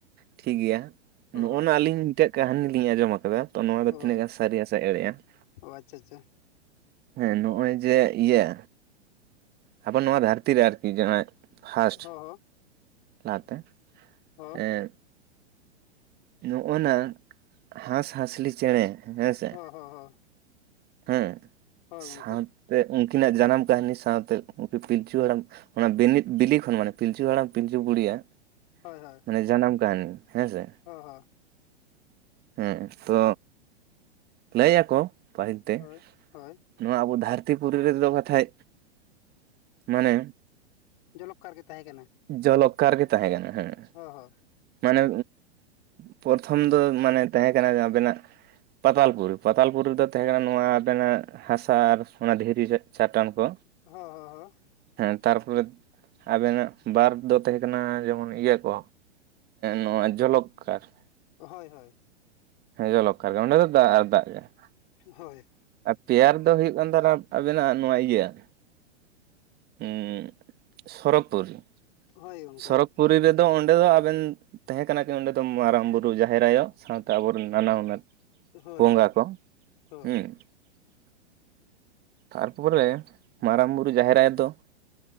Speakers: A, on the right; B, on the left.
A: ᱴᱷᱤᱠ ᱜᱮᱭᱟ
B: ᱦᱚᱸ
A: ᱱᱚᱜᱼᱱᱟ
B: ᱦᱚᱸ
A: ᱟᱹᱞᱤᱧ ᱴᱮᱡ ᱠᱟᱹᱦᱱᱤ ᱞᱤᱧ ᱟᱸᱡᱚᱢ ᱟᱠᱟᱫᱟ ᱛᱚ ᱱᱚᱣᱟ ᱫᱚ
B: ᱦᱚᱸ
A: ᱛᱤᱱᱟᱹᱜ ᱜᱟᱱ ᱥᱟᱹᱨᱤ ᱦᱟᱥᱮ ᱮᱲᱮᱼᱟ ᱾
B: ᱚ ᱟᱪᱪᱷᱟ ᱟᱪᱪᱷᱟ,
A: ᱦᱮᱸ ᱱᱚᱜᱼᱚᱭ ᱡᱮ ᱤᱭᱟᱹ ᱟᱵᱚ ᱱᱚᱣᱟ ᱫᱷᱟᱹᱨᱛᱤ ᱨᱮ ᱟᱨᱠᱤ ᱡᱟᱦᱟᱸᱭ ᱾ ᱯᱷᱟᱥᱴ
B: ᱦᱚᱸ
A: ᱞᱟᱦᱟᱛᱮ
B: ᱦᱚᱸ
A: ᱮᱸ ᱱᱚᱜᱼᱚᱱᱟ ᱦᱟᱸᱥ ᱦᱟᱸᱥᱞᱤ ᱪᱮᱬᱮ ᱦᱮᱸ ᱥᱮ
B: ᱦᱚᱸ ᱦᱚᱸ ᱦᱚᱸ ᱾
A: ᱦᱮᱸ
B: ᱜᱚᱢᱠᱮ
A: ᱥᱟᱶᱛᱮ ᱩᱱᱠᱤᱱᱟᱜ ᱡᱟᱱᱟᱢ ᱠᱟᱹᱦᱱᱤ ᱥᱟᱶᱛᱮ ᱩᱱᱠᱤᱱ ᱯᱤᱞᱪᱩ ᱦᱟᱲᱟᱢ ᱾ ᱚᱱᱟ ᱵᱤᱱᱤᱛ ᱵᱤᱞᱤ ᱠᱷᱚᱱ ᱢᱟᱱᱮ ᱯᱤᱞᱪᱩ ᱦᱟᱲᱟᱢ ᱯᱤᱞᱪᱩ ᱵᱩᱲᱤᱭᱟ ᱾
B: ᱦᱳᱭ ᱦᱳᱭ,
A: ᱢᱟᱱᱮ ᱡᱟᱱᱟᱢ ᱠᱟᱹᱦᱱᱤ ᱦᱮᱸ ᱥᱮ?
B: ᱦᱚᱸ ᱦᱚᱸ,
A: ᱦᱮᱸ ᱛᱚ ᱞᱟᱹᱭ ᱟᱠᱚ ᱯᱟᱹᱦᱤᱞ ᱛᱮ
B: ᱦᱳᱭ
A: ᱾
B: ᱦᱳᱭ
A: ᱱᱚᱣᱟ ᱟᱵᱚ ᱫᱷᱟᱹᱨᱛᱤ ᱯᱩᱨᱤ ᱨᱮᱫᱚ ᱠᱟᱛᱷᱟᱡ ᱢᱟᱱᱮ
B: ᱡᱚᱞᱚᱠ ᱠᱟᱨ ᱜᱮ ᱛᱟᱦᱮᱸ ᱠᱟᱱᱟ ᱾
A: ᱡᱚᱞᱚᱠ ᱠᱟᱨ ᱜᱮ ᱛᱟᱦᱮᱸ ᱠᱟᱱᱟ ᱦᱮᱸ ᱾
B: ᱦᱚᱸ ᱦᱚᱸ ᱾
A: ᱢᱟᱱᱮ ᱯᱨᱚᱛᱷᱚᱢ ᱫᱚ ᱢᱟᱱᱮ ᱛᱟᱦᱮᱸ ᱠᱟᱱᱟ ᱡᱟᱦᱟ ᱵᱮᱱᱟᱜ ᱯᱟᱛᱟᱞ ᱯᱩᱨᱤ ᱯᱟᱛᱟᱞᱯᱩᱨᱤ ᱨᱮᱫᱚ ᱛᱟᱦᱮᱸ ᱠᱟᱱᱟ ᱱᱚᱣᱟ ᱟᱵᱮᱱᱟᱜ ᱦᱟᱥᱟ ᱟᱨ ᱥᱚᱱᱟ ᱫᱷᱤᱨᱤ ᱨᱮ ᱾ ᱪᱟᱴᱟᱱ ᱠᱚ
B: ᱦᱚᱸ ᱦᱚᱸ ᱦᱚᱸ
A: ᱦᱮᱸ ᱛᱟᱨ ᱯᱚᱨᱮ ᱟᱵᱮᱱᱟᱜ ᱵᱟᱨ ᱫᱚ ᱛᱟᱦᱮᱸ ᱠᱟᱱᱟ ᱡᱮᱢᱚᱱ ᱤᱭᱟᱹ ᱠᱚ ᱱᱚᱣᱟ ᱡᱚᱞᱚᱠᱠᱟᱨ ᱾
B: ᱦᱳᱭ ᱦᱳᱭ,
A: ᱦᱮᱸ ᱡᱚᱞᱚᱠᱠᱟᱨ ᱜᱮ ᱚᱸᱰᱮ ᱫᱚ ᱫᱟᱜ ᱟᱨ ᱫᱟᱜ ᱜᱮ ᱾
B: ᱦᱳᱭ,
A: ᱟᱨ ᱯᱮᱭᱟᱨ ᱫᱚ ᱦᱩᱭᱩᱜ ᱠᱟᱱ ᱛᱮᱱᱟᱯ ᱟᱵᱮᱱᱟᱜ ᱱᱚᱣᱟ ᱤᱭᱟᱹ ᱾ ᱩᱸᱜ ᱥᱚᱨᱚᱜ ᱯᱩᱨᱤ ᱾
B: ᱦᱳᱭ ᱜᱚᱢᱠᱮ
A: ᱥᱚᱨᱚᱜ ᱯᱩᱨᱤ ᱨᱮᱫᱚ ᱚᱸᱰᱮ ᱫᱚ ᱟᱵᱮᱱ ᱛᱟᱦᱮᱸ ᱠᱟᱱᱟ ᱠᱤᱱ ᱚᱸᱰᱮ ᱫᱚ ᱢᱟᱨᱟᱝ ᱵᱩᱨᱩ ᱡᱟᱦᱮᱨ ᱟᱭᱳ ᱥᱟᱶᱛᱮ ᱟᱵᱚᱨᱮᱱ ᱱᱟᱱᱟ ᱦᱩᱱᱟᱹᱨ
B: ᱦᱳᱭ
A: ᱵᱚᱸᱜᱟ
B: ᱦᱳᱭ
A: ᱠᱚ
B: ᱦᱳᱭ
A: ᱦᱩᱸ ᱾ ᱛᱟᱨᱯᱚᱨᱮ ᱢᱟᱨᱟᱝ ᱵᱩᱨᱩ ᱡᱟᱦᱮᱨ ᱟᱭᱳ ᱫᱚ ᱾